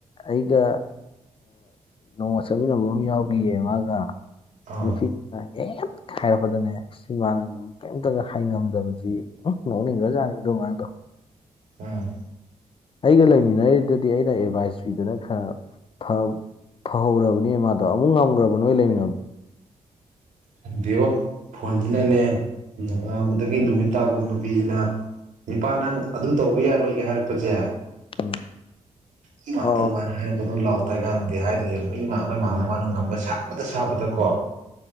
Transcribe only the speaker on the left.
ꯑꯩꯒ ꯅꯣꯡꯃ ꯆꯠꯃꯤꯟꯅꯕ ꯑꯃ ꯌꯥꯎꯒꯤꯌꯦ ꯃꯥꯒ
ꯅꯨꯄꯤ ꯑꯦꯍꯦꯛ ꯍꯥꯢꯔꯛꯄꯗꯅꯦ <unintelligible> ꯀꯩꯝꯇꯒ ꯍꯥꯏꯉꯝꯗꯕꯖꯦ ꯎꯝꯍ ꯅꯣꯛꯅꯤꯡꯒ꯭ꯔꯥꯖꯥꯅꯤ ꯑꯗꯨ ꯑꯉꯥꯡꯗꯣ
ꯑꯩꯒ ꯂꯩꯃꯤꯟꯅꯔꯤꯗꯨꯗꯤ ꯑꯩꯅ ꯑꯦꯗꯚꯥꯏꯁ ꯄꯤꯗꯅ ꯈꯔ ꯐ ꯐꯍꯧꯔꯕꯅꯦ ꯃꯥꯗꯣ ꯑꯃꯨꯛ ꯉꯝꯒ꯭ꯔꯕꯣ ꯅꯣꯏ ꯂꯩꯃꯤꯟꯅꯕ
ꯎꯝ
ꯑꯣ